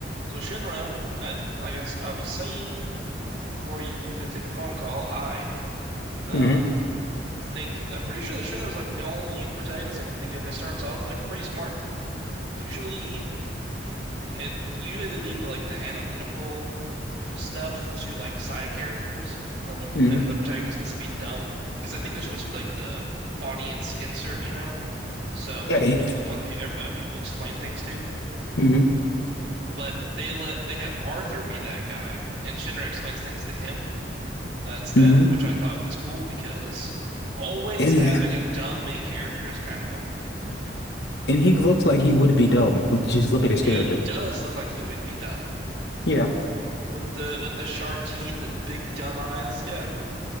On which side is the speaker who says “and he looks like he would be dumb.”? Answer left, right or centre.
Left